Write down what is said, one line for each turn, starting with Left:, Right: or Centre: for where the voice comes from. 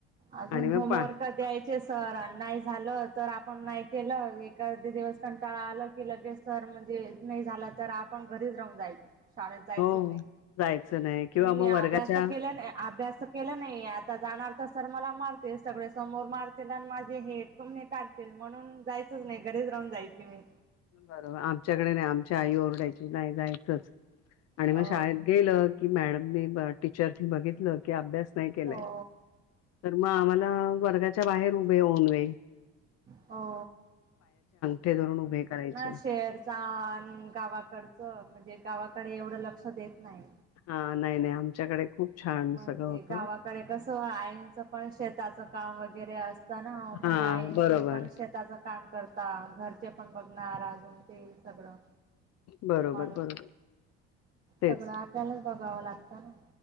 Right: अजून
Left: आणि मग
Right: होमवर्क
Left: पा
Right: द्यायचे सर अन नाही झालं तर आपण नाही केलं ए एका दिवस कंटाळा आलं की लगेच तर म्हणजे नाही झालं तर आपण घरीच राह जायच शाळेत जायचंच
Left: हो
Right: नाही.
Left: जायचं नाही किंवा मग
Right: मी अभ्यास
Left: वर्गाच्या
Right: तर केला नाही अभ्यास तर केला नाही आता जाणार तर सर मला मारतील सगळे समोर मारतील आणि माझे हे हे काढतील म्हणून जायचंच नाही घरीच जायची मी
Left: बरोबर आमच्याकडे नाही, आमची आई ओरडायची नाही जायचंच. आणि
Right: अ
Left: मग शाळेत गेलं की, मॅडमनी टीचर बघितलं की अभ्यास नाही केलाय,
Right: हो
Left: तर मग आम्हाला वर्गाच्या बाहेर उभे होउन <inaudible>
Right: हो
Left: ठे धरून उभे करायचे
Right: शहरचा अन गावाकडचं म्हणजे गावाकडे एवढं लक्ष देत नाही.
Left: हा नाही नाही आमच्याकडे खूप छान
Right: म्हणजे
Left: सगळं होतं
Right: गावाकडे कसं आईंच पण शेताचं काम वगैरे असतं ना म
Left: हा
Right: आहे
Left: बरोबर
Right: ते पण शेताचं काम करता घरचे पण बघणार अजून ते सगळं
Left: बरोबर
Right: म्हणून,
Left: बरोबर तेच
Right: सगळं आपल्यालाच बघावं लागतं ना